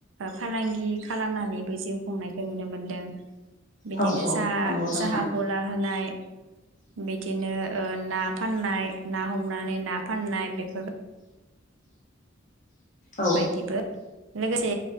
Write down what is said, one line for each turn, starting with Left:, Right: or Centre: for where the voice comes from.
Right: फालांगि खालामनानैबो जिउ संनायखौ नुनो मोनदों। बिदिनो
Left: औ औ
Right: साहा
Left: नंगौ नोंथां
Right: साहा गला होनाय। बिदिनो ओ ना फाननाय ना हमनानै ना फाननाय बेफोर
Left: औ
Right: बायदिबो लोगोसे